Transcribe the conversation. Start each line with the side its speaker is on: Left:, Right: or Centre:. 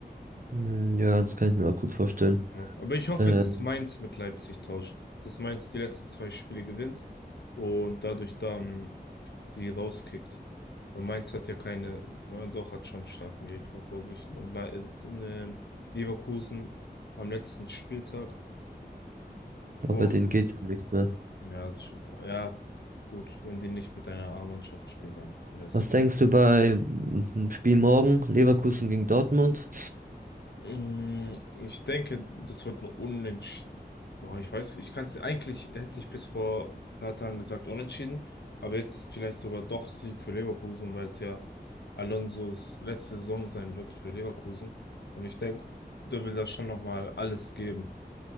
Right: Hm, Ja, das kann ich mir auch gut vorstellen.
Left: Ja. Aber ich hoffe,
Right: Ähm,
Left: dass Mainz mit Leipzig tauscht, dass Mainz die letzten zwei Spiele gewinnt und dadurch dann die rauskickt. Und Mainz hat ja keine, ja, doch hat schon starken Gegner vor sich. Und Le- äh, Leverkusen am letzten Spieltag.
Right: aber
Left: Und
Right: denen geht's ja um nichts mehr.
Left: ja, das stimmt. Ja, gut, wenn die nicht mit einer A-Mannschaft spielen, dann wäre es
Right: Was
Left: super.
Right: denkst du bei mm, dem Spiel morgen? Leverkusen gegen Dortmund?
Left: Mm, Ich denke, das wird ein Unentschieden. Oh, ich weiß, ich kann es eigentlich, hätte ich bis vor ein paar Tagen gesagt, unentschieden, aber jetzt vielleicht sogar doch Sieg für Leverkusen, weil es ja Alonsos letzte Saison sein wird für Leverkusen. Und ich denke, der will da schon nochmal alles geben.